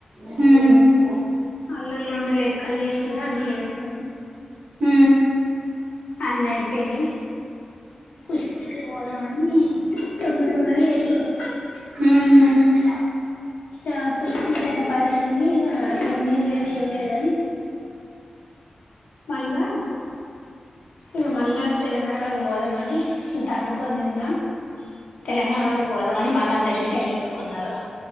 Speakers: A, on the right (about 90°); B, on the left (about 85°).
A: హ్మ్
B: అల్లులు ఉండే లెక్కలు చేసారు అన్ని చేసారు
A: హ
B: అన్న అయిపోయినియ్ పుష్పులకి పోదామని తొందర తొందర ఎసారు
A: హ
B: అ పుస్పు టైం పద అయింది ఇగ ఏం తిన్లేదు ఏ లేదని మళ్ళా ఇగ మళ్ళ తెలంగాణ వరకు పోదామనీ దండుకని తిందాం. తెలంగాణ వరకు పోదామని మళ్ళా అందరు డిసైడ్ చేసుకున్నారు.